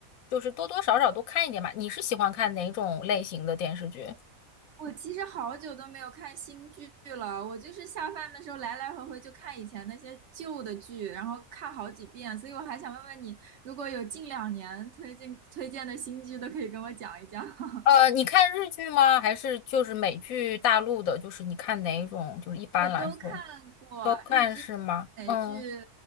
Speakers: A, on the left; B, on the right.
A: 就是多多少少都看一点吧。你是喜欢看哪种类型的电视剧？
B: 我其实好久都没有看新剧了，我就是下饭的时候来来回回就看以前那些旧的剧，然后看好几遍，所以我还想问问你，如果有近两年推荐推荐的新剧，都可以跟我讲一讲。<laughs>
A: 呃，你看日剧吗？还是就是美剧、大陆的？就是你看哪一种？就是一般来说
B: 我都看过日剧、
A: 都看是吗？
B: 美剧
A: 嗯。